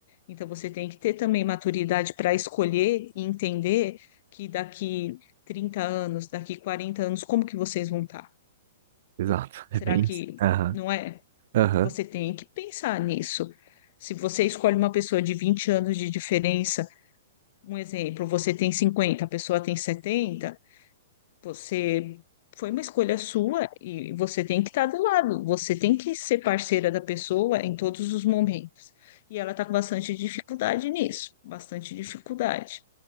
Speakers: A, on the left; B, on the right.
A: Então você tem que ter também maturidade para escolher e entender que daqui 30 anos, daqui 40 anos, como que vocês vão estar?
B: Exato. É
A: Será
B: bem
A: que
B: isso. Aham.
A: não é?
B: Aham.
A: Você tem que pensar nisso. Se você escolhe uma pessoa de 20 anos de diferença, um exemplo, você tem 50, a pessoa tem 70. Você foi uma escolha sua e você tem que estar do lado, você tem que ser parceira da pessoa em todos os momentos. E ela está com bastante dificuldade nisso, bastante dificuldade.